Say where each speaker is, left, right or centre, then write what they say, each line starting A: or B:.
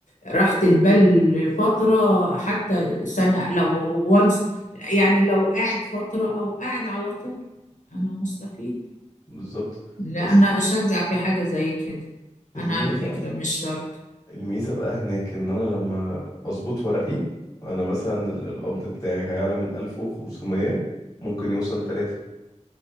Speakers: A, on the left; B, on the left.
A: راحة البال فترة حتى سنة لو وانس يعني لو قاعد فترة أو قاعد على طول أنا مستفيد
B: بالظبط
A: لا
B: بس
A: أنا أشجع في حاجة زي كده
B: الميزة
A: أنا على فكرة مش شرط
B: الميزة بقى هناك ان انا لما اظبط ورقي انا مثلا ال- القبض بتاعي هيعلى من 1500 ممكن يوصل 3